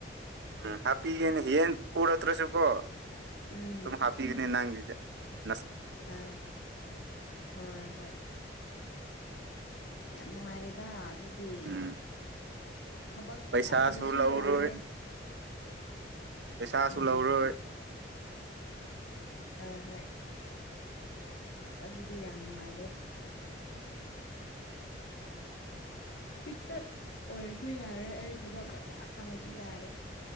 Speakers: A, on the right; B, on the left.
A: ꯎꯝ ꯍꯥꯄꯤꯒꯦꯅꯦ ꯍꯌꯦꯟ ꯄꯨꯔꯇ꯭ꯔꯁꯨ ꯀꯣ
B: ꯎꯝ
A: ꯗꯨꯝ ꯍꯥꯄꯤꯒꯅꯦ ꯅꯪꯒꯤ <inaudible>
B: ꯍꯣꯏ ꯍꯣꯏ ꯍꯣꯏ ꯌꯥꯝ ꯅꯨꯡꯉꯥꯏꯔꯦꯗ ꯑꯗꯨꯗꯤ
A: ꯎꯝ
B: ꯊꯕꯛ
A: ꯄꯩꯁꯥꯁꯨ
B: ꯆꯥꯎꯗ꯭ꯔꯁꯨ
A: ꯂꯧꯔꯣꯏ
B: ꯌꯥꯔꯦ
A: ꯄꯩꯁꯥꯁꯨ
B: ꯎꯝ
A: ꯂꯧꯔꯣꯏ
B: ꯍꯣꯏ ꯍꯣꯏ ꯑꯁ ꯑꯗꯨꯗꯤ ꯌꯥꯝ ꯅꯨꯡꯉꯥꯏꯔꯦ ꯄꯤꯛꯇꯛ ꯑꯣꯏꯔꯁꯨ ꯌꯥꯔꯦ ꯑꯩ ꯊꯕꯛ ꯃꯆꯥ ꯐꯪꯉꯗꯤ ꯌꯥꯔꯦ